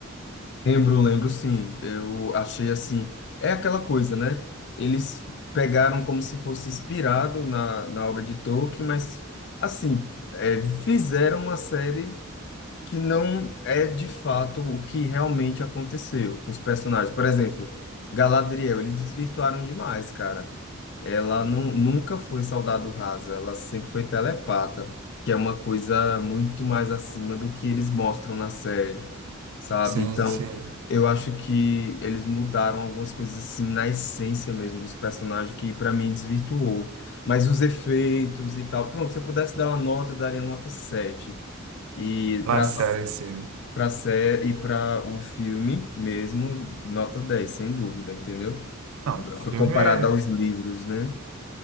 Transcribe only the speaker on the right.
Sim,
sim.
Pra
série, sim.
Não, filme,